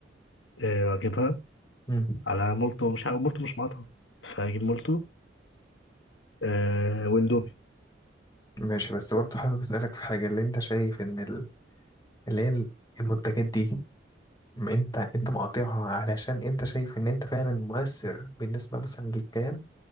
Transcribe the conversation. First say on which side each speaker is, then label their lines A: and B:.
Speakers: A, on the left; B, on the left.
A: آه، اجيبها
B: مم.
A: على مولتو مش حاجه مولتو مش مقاطعه فاجيب مولتو آه، واندومي
B: ماشي بس برضه
A: بس.
B: حابب اسألك في حاجة اللي انت شايف ان ال... اللي هي المنتجات دي ما انت انت مقاطعها علشان انت شايف ان انت فعلا مؤثر بالنسبه مثلا للكيان